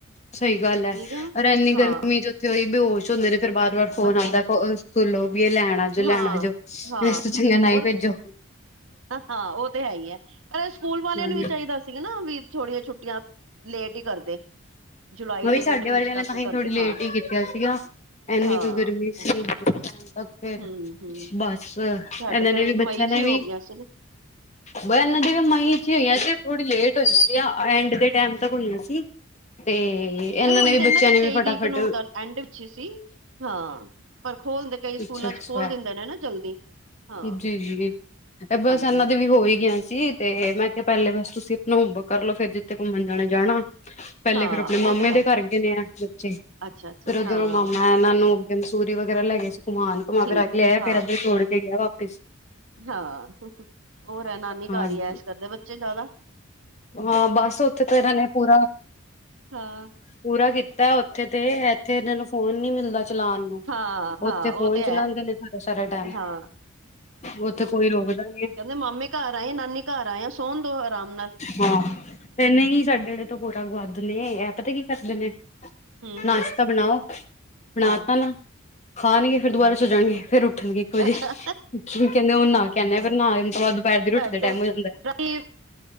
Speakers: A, on the left; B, on the right.
A: ਸਹੀ ਗੱਲ ਹੈ।
B: ਠੀਕ ਆ ਨਾ
A: ਔਰ ਇੰਨੀ
B: ਹਾਂ
A: ਗਰਮੀ 'ਚ ਤੇਹੀ ਬੇਹਸ਼ ਹੁੰਦੇ ਨੇ, ਫੇਰ ਬਾਰ- ਵਾਰ ਫੋਨ
B: ਬੱਚੇ
A: ਆਉਂਦਾ ਸੁਕੁਲੋ ਵੀ ਇਹ ਲੈਣਾ। ਜੋ ਲੈਣਾ
B: ਹਾਂ
A: ਆ ਜਾ,
B: ਹਾਂ
A: ਵਸ ਚੰਗਾ
B: ਹੋਰ
A: ਨਾ ਹੀ ਭੇਜੋ।
B: ਹਾਂ। ਉਹ ਤੇ ਹੈ ਹੀ ਹੈ। ਪਰ ਸਕੂਲ ਵਾਲਿਆਂ
A: ਮੈਂ
B: ਨੂੰ ਵੀ ਚਾਹੀਦਾ ਸੀਗਾ ਨਾ, ਵੀ ਥੋੜੀਆਂ ਛੁੱਟੀਆਂ ਲੇਟ ਹੀ ਕਰਦੇ। ਜੁਲਾਈ
A: ਮ ਵੀ
B: ਦੇ
A: ਸਾਡੇ
B: ਮਿਡ ਵਿੱਚ
A: ਵਾਲਿਆਂ
B: ਤੱਕ
A: ਨੇ ਤਾਂਸੀ
B: ਕਰਦੇ
A: ਥੋੜੀ ਲੇਟ
B: ਹਾਂ
A: ਹੀ ਕੀਤਾ ਸੀਗਾ। ਇੰਨੀ
B: ਹਾਂ
A: ਕੁ ਗਰਮੀ ਸੀ।
B: ਅੱਛਾ
A: ਤੱਕ ਫਿਰ
B: ਹਮ ਹਮ
A: ਬਸ, ਇਹਨਾਂ
B: ਸਾਡੇ ਤੇ
A: ਨੇ ਵੀ ਬੱਚਿਆਂ
B: ਮਈ ਚ
A: ਨੇ
B: ਹੀ
A: ਵੀ
B: ਹੋ ਗਈਆਂ ਸੀ
A: ਬਿਆਸ ਨਦੀ ਵੀ ਮ ਨਹੀਂ ਹੋਈਆਂ ਸੀ ਥੋੜੀ ਲੇਟ ਹੋਈ ਸੀ ਐਂਡ ਦੇ ਟਾਈਮ ਤੱਕ ਹੋਈਆਂ ਸੀ। ਤੇ ਇਹਨਾਂ
B: ਹੋਈ
A: ਨੇ ਵੀ
B: ਤੇ
A: ਬੱਚਿਆਂ
B: ਦੇ
A: ਨੇ
B: ਤੇਈ
A: ਵੀ ਫਟਾਫਟ
B: ਤਰੀਕ ਨੂੰ ਐਂਡ ਵਿੱਚ ਸੀ। ਹਾਂ, ਪਰ ਖੋਲਦੇ ਕਈ
A: ਅੱਛਾ
B: ਸਕੂਲਾਂ
A: ਅੱਛਾ
B: ਵਿੱਚ ਖੋਲ ਦਿੰਦੇ ਨੇ ਨਾ ਜਲਦੀ। ਹਾਂ।
A: ਜੀ ਜੀ ਬਸ'
B: ਹਾਂਜੀ
A: ਇਹਨਾਂ
B: ਹਾਂਜੀ
A: ਦੇ ਵੀ ਹੋ ਹੀ ਗਿਆ ਸੀ। ਤੇ ਮੈਂ ਕਿਹਾ, ਪਹਿਲੇ ਬਸ ਤੁਸੀਂ ਆਪਣਾ ਕਰ ਲੋ, ਫਿਰ ਜਿੱਥੇ ਘੁੰਮਣ ਜਾਣਾ ਜਾਣਾ। ਪਹਿਲੇ
B: ਹਾਂ
A: ਫੇਰ ਆਪਣੇ
B: ਉਹ
A: ਮਾਮੇ
B: ਤੇ ਹੈ
A: ਦੇ ਘਰ ਗਏ ਨੇ ਆ, ਬੱਚੇ
B: ਅੱਛਾ-ਅੱਛਾ
A: ਫਰ ਉਧਰ
B: ਹਾਂ
A: ਮਾਮਾ ਮ ਇਹਾਨ ਨੂੰ ਅੱਗੇ ਮਸੂਰੀ ਵਗੈਰਾ ਲੈ ਗ ਸੀ ਘੁੰਮਾਨ, ਘੁੰਮਾ
B: ਠੀਕ
A: ਫ ਆ ਕੇ ਲਇਆ
B: ਹੈ ਹਾਂ
A: ਫਿਰ ਇੱਧਰ ਜੋਛੋੜ ਕੇ ਗਿਆ ਵਾਪਿਸ।
B: ਹਾਂ। ਹੋਰ ਹੈ ਨਾਨੀ
A: ਹਾਂਜੀ
B: ਘਰ ਹੀ ਹੈ ਇਸ਼ ਕਰਦੇ ਬੱਚੇ ਜਿਆਦਾ।
A: ਹਾਂ, ਬਸ ਉੱਥੇ ਤਾਂ ਇਹਨਾਂ ਨੇ ਪੂਰਾ
B: ਹਾਂ
A: ਪੂਰਾ ਕੀਤਾ ਉੱਥੇ ਤੇ, ਇੱਥੇ ਇਹਨਾਂ ਨੂੰ ਫੋਨ ਨੀ ਮਿਲਦਾ ਚਲਾਉਣ ਨੂੰ।
B: ਹਾਂ-ਹਾਂ
A: ਉੱਥੇ ਫ਼ੋਨ
B: ਉਹ ਤੇ
A: ਚਲਾਉਂਦੇ
B: ਹੈ
A: ਨੇ ਸਾਰਾ- ਸਾਰਾ ਟਾਈਮ।
B: ਹਾਂ
A: ਉੱਥੇ ਕੋਈ ਰੋਕਦਾ ਨੀ ਹੈ।
B: ਕਿੰਦੇ ਮਾਮੇ ਘਰ ਆਏ ਆ, ਨਾਨੀ ਘਰ ਆਏ ਆ, ਸੋਣ ਦੋ ਆਰਾਮ ਨਾਲ।
A: ਹਾਂ ਨਹੀਂ ਹੀ ਸਾਡੇ ਜੜੇ ਤੋਂ ਗੋਰਾ ਗੁਆਧ ਨੇ, ਇਹ ਪਤਾ ਕੀ ਕਰਦੇ ਨੇ।
B: ਹੂੰ
A: ਨਾਸ਼ਤਾ ਬਣਾਓ, ਬਣਾ
B: ਹਾਂ
A: ਤਾ ਨਾ, ਖਾਣਗੇ, ਫਿਰ ਦੁਬਾਰਾ ਸ ਜਾਣਗੇ ਫਿਰ ਰ ਉੱਠਣਗੇ ਇੱਕ ਵਜੇ।
B: ਅੱਛਾ
A: ਕਹਿੰਦੇ ਹ ਨਾ ਕ ਆਂਦੇ ਨਾ ਆਣ ਤੋਂ ਦੁਪਹਿਰ ਬਾਅਦ ਦੀ ਰੋਟੀ
B: ਸਾਡ
A: ਦਾ ਟਾਈਮ ਹੋ ਜਾਂਦਾ
B: ਰਾਤੀ-